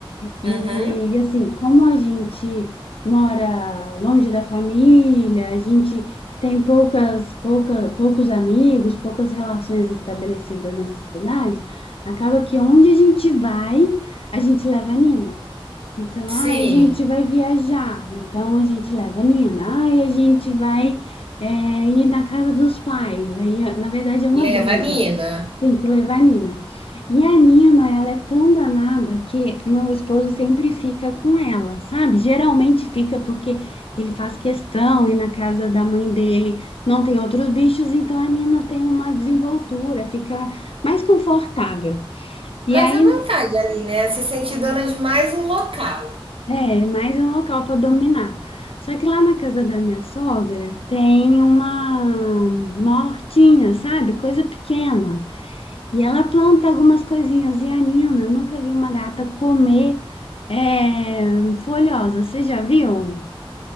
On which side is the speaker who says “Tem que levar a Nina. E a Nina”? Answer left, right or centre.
Left